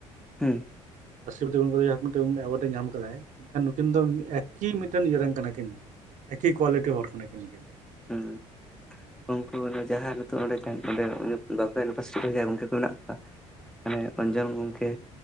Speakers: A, in the centre; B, on the right.
A: ᱦᱮᱸ
B: ᱨᱟᱥᱥᱤᱯᱤ ᱜᱚᱝᱠ ᱡ ᱡᱟᱦᱟᱸ ᱢᱤᱫᱴᱮᱱ ᱮᱣᱟᱨᱰ ᱮ ᱧᱟᱢ ᱟᱠᱟᱫᱟᱭ ᱮᱱᱠᱷᱟᱱ ᱱᱩᱠᱤᱱ ᱫᱚ ᱮᱠᱤ ᱢᱤᱫᱴᱮᱱ ᱤᱭᱟᱹᱨ ᱨᱮᱱ ᱠᱟᱱᱟ ᱠᱤᱱ ᱮᱠᱤ ᱠᱳᱣᱟᱞᱤᱴᱤ ᱦᱚᱲ ᱠᱟᱱᱟ ᱠᱤᱱ ᱱᱩᱠᱤᱱ ᱫᱚ᱾
A: ᱦᱮᱸ ᱩᱱᱠᱩ ᱡᱟᱦᱟᱸᱭ ᱱᱤᱛᱚᱜ ᱚᱰᱮᱸ ᱵᱟᱸᱠᱩᱲᱟ ᱤᱭᱩᱱᱤᱵᱷᱟᱨᱥᱤᱴᱤ ᱨᱮᱱ ᱡᱟᱦᱟᱸ ᱜᱚᱢᱠᱮ ᱠᱚ ᱢᱮᱱᱟᱜ ᱠᱚᱣᱟ ᱢᱟᱱᱮ ᱚᱧᱡᱚᱱ ᱜᱚᱢᱠᱮᱼᱼ